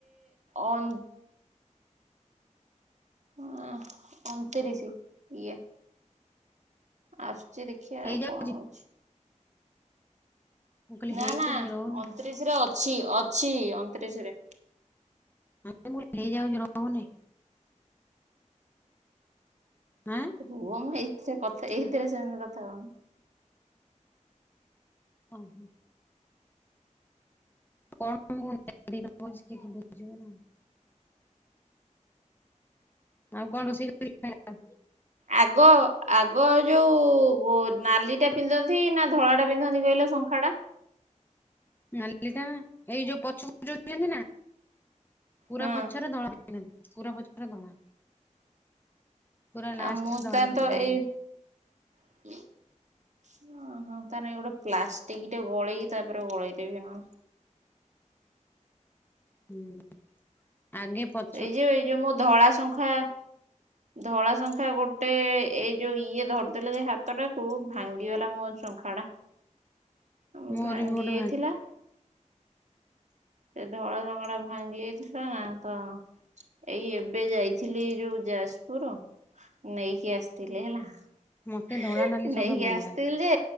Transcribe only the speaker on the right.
ଅନ୍ ହଁ ଅଣତିରିଶି ଇଏ ଆସୁଚି ଦେଖିଆ
ଆଉ କଣ ହଉଛି।
ନା
ନା
ଅଣତିରିଶ ରେ ଅଛି ଅଛି ଅଣତିରିଶରେ।
ରୁହ ମୁଁ ଏଇଥିରେ କଥା ଏଇଥିରେ ସେମିତି କଥା ହବନି।
ଆଗ ଆଗ ଯୋଉ ବ ନାଲି ଟା ପିନ୍ଧନ୍ତି ନା ଧଳା ଟା ପିନ୍ଧନ୍ତି କହିଲ ଶଙ୍ଖା ଟା?
ହଁ
ଆଉ
ମୁଁ
ତାହେଲେ
ତ
ଏଇ <inaudible> ଓହୋ ତା ନଗି ଗୋଟେ ପ୍ଲାଷ୍ଟିକ ଟେ ଗଳେଇକି ତାପରେ ଗଳେଦେବି ନ
ଏଇ ଯୋଉ ଏଇ ଯୋଉ ମୋ ଧଳା ଶଙ୍ଖା ଧଳା ଶଙ୍ଖା ଗୋଟେ ଏଇ ଯୋଉ ଇଏ ଧରିଦେଲେ ଯେ ହାତ ଟାକୁ ଭାଙ୍ଗିଗଲା ମୋ ଶଙ୍ଖା ଟା। ଆଉଁ
ଭାଙ୍ଗି
ଯାଇଥିଲା। ସେ ଧଳା ଶଙ୍ଖା ଟା ଭାଙ୍ଗି ଯାଇଥିଲା ନା ତ। ଏଇ ଏବେ ଯାଇଥିଲି ଯୋଉ ଯାଜପୁର। ନେଇକି ଆସିଥିଲି ହେଲା
ହେଁ
ନେଇକି
ଆସିଥିଲି
ଯେ